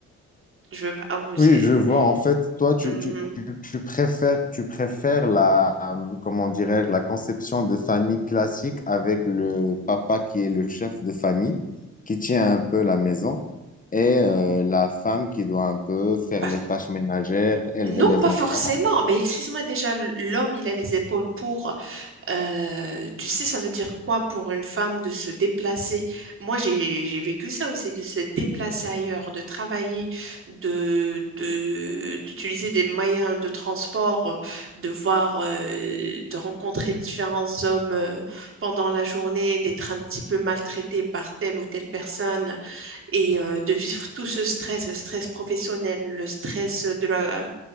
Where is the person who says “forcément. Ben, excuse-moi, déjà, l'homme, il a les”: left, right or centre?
Right